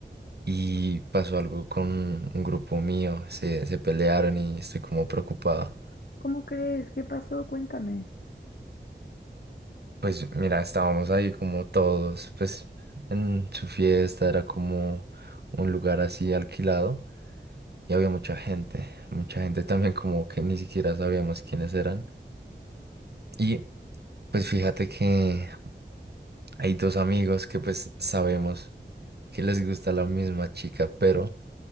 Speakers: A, on the right; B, on the left.
A: Y pasó algo con un grupo mío. Se, se pelearon y estoy como preocupado.
B: ¿Cómo crees? ¿Qué pasó? Cuéntame.
A: Pues mira, estábamos ahí como todos, pues en su fiesta era como un lugar así alquilado y había mucha gente. Mucha gente también como que ni siquiera sabíamos quiénes eran. Y pues fíjate que hay dos amigos que pues sabemos. que les gusta la misma chica, pero